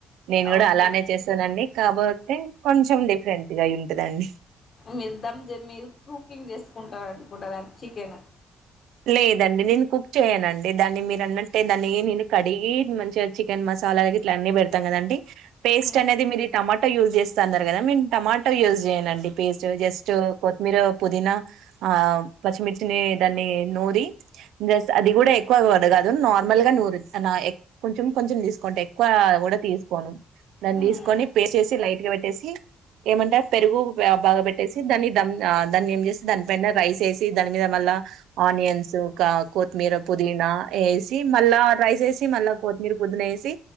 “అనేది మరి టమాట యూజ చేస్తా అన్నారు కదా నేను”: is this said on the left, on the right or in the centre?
Right